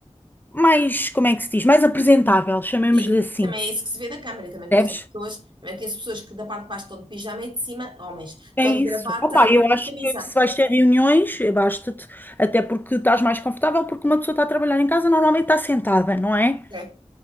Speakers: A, on the left; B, on the right.
A: mais, como é que se diz? Mais apresentável, chamemos-lhe
B: E
A: assim.
B: também é isso que se vê da câmara. Eu também conheço
A: Percebes?
B: pessoas, também conheço pessoas que da parte de baixo estão de pijama e de cima, homens, estão
A: É isso.
B: de gravata
A: Opa,
B: e,
A: eu acho
B: e camisa.
A: que se vais ter reuniões, basta-te, até porque estás mais confortável, porque uma pessoa está a trabalhar em casa, normalmente está sentada, não é?
B: É.